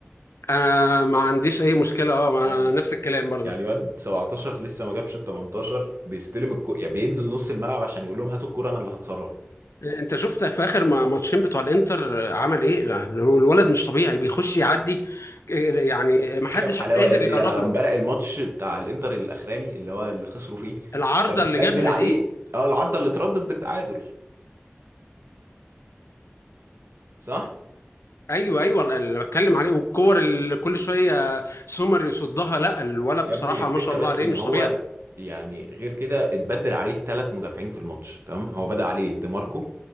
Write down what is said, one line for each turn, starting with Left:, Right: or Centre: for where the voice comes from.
Left: آه ما عنديش اي مشكلة اه ما
Right: يعني
Left: انا نفس الكلام برضه
Right: يعني واد 17 لسه ما جابش ال 18 بيستلم الكو... يعني بينزل نص الملعب عشان يقول لهم هاتوا الكرة انا اللي هتصرف
Left: انت شفت في اخر ما- ماتشين بتوع الانتر عمل ايه لا، هو الولد مش طبيعي بيخش يعدي يعني محدش
Right: جينا في حلاوه
Left: قادر
Right: يا ابني
Left: يقرب
Right: يا امبارح
Left: له
Right: الماتش بتاع الانتر الاخراني اللي هو اللي خسروا فيه
Left: العارضة
Right: ده متبدل
Left: اللي جابها
Right: عليه
Left: دي
Right: اه العارضه اللي اتردت بالتعادل صح
Left: ايوه ايوه اللي بتكلم عليه والكور اللي كل شويه سومر يصدها لا الولد
Right: يا
Left: بصراحه
Right: ابني الفكره
Left: ما شاء الله
Right: بس
Left: عليه
Right: ان
Left: مش
Right: هو
Left: طبيعي
Right: يعني غير كده اتبدل عليه ثلاث مدافعين في الماتش تمام هو بدأ عليه ديماركو